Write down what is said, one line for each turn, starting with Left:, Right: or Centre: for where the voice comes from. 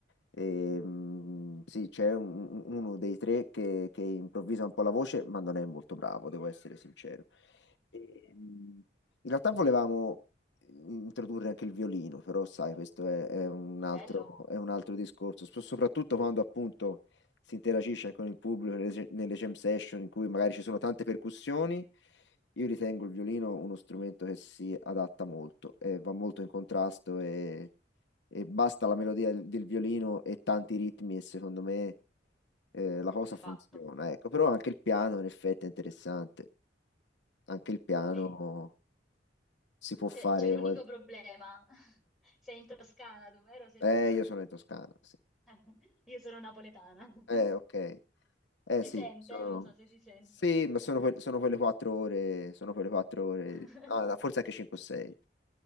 Left: E, mm, sì, c'è un- uno dei tre che, che improvvisa un po' la voce, ma non è molto bravo, devo essere sincero. E, mm, in realtà volevamo introdurre anche il violino, però sai, questo è, è un altro,
Centre: Bello,
Left: è un altro discorso, So- soprattutto quando appunto si interagisce anche con il pubblico nelle, nelle jam session in cui magari ci sono tante percussioni, io ritengo il violino uno strumento che si adatta molto, eh, va molto in contrasto e, e basta la melodia del, del violino e tanti ritmi e secondo me eh, la cosa
Centre: è fatto.
Left: funziona, ecco, però anche il piano
Centre: Sì.
Left: in effetti è interessante, anche il piano
Centre: Sì.
Left: si può fare...
Centre: C'è c'è un unico
Left: qual-
Centre: problema. <laughs> Sei in Toscana, tu, vero? Sei
Left: Eh,
Centre: toscano?
Left: io sono in Toscana, sì.
Centre: <laughs> Io sono napoletana. <laughs>
Left: Eh, ok. Eh
Centre: Si
Left: sì,
Centre: sente?
Left: sono...
Centre: Non so se si sente.
Left: Sì, ma sono, que- sono quelle quattro ore, sono quelle quattro ore,
Centre: <laughs>
Left: ah, no, forse anche 5 o 6.